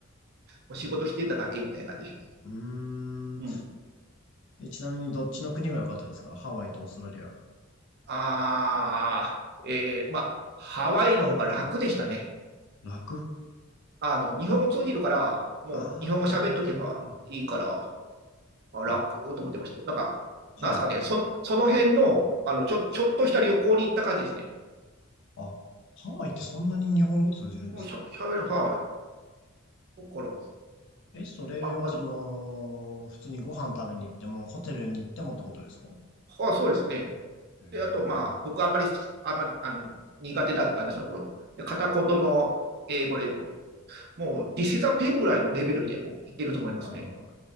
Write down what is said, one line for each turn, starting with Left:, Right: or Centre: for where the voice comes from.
Right: う仕事してただけみたいな感じ。
Left: うーん。
Right: うん。
Left: え、ちなみにどっちの国が良かったですかハワイとオーストラリア。
Right: ああ、えー、まあ、ハワイの方が楽でしたね。
Left: 楽
Right: あの、日本語通じるから、もう日本語喋っとけばいいから、
Left: ああー、なるほど、なるほど。
Right: あ楽と思ってましたよ。
Left: あ、
Right: なんか、
Left: はい。
Right: なんすかね、その、その辺の、あの、ちょ、ちょっとした旅行に行った感じですね。
Left: あ、ハワイってそんなに日本語通じるんですね。
Right: もうしゃ、喋る、はい。だから、
Left: え、それはその、
Right: あんまり、
Left: 普通にご飯食べに行っても、ホテルに行ってもってことですか
Right: はい、そうですね。
Left: へえ
Right: で、あと、まあ、僕あんまり、あんまり、あの、苦手だったんですよ、この頃。で、片言の英語でももう、This is a pen ぐらいのレベルでも言ってると思いますね。
Left: はいはいは